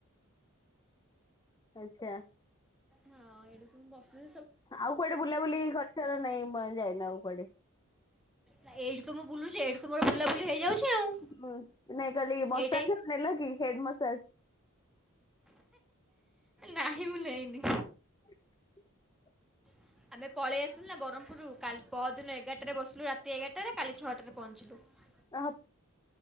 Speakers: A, on the left; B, in the centre.
A: ଆଚ୍ଛା।
B: ହଁ ଏଡେ ସବୁ ବସି
A: ଆଉ କୁଆଡେ ବୁଲାବୁଲି କରିଛ ନାଇଁ ଯାଇନ ଆଉ କୁଆଡେ।
B: ନା ଏଇଠି ତ ମୁଁ ବୁଲୁଛି ଏଇଠି ତୁମର ବୁଲାବୁଲି ହେଇଯାଉଛି ଆଉ।
A: ହୁଁ ନାଇଁ କାଲି ମସାଜ
B: ଏଇଟା
A: ନେଲା କି ହେଡ ମସାଜ।
B: ନାହିଁ ମୁଁ ନେଇନି।
A: <inaudible>
B: <inaudible>
A: ଆ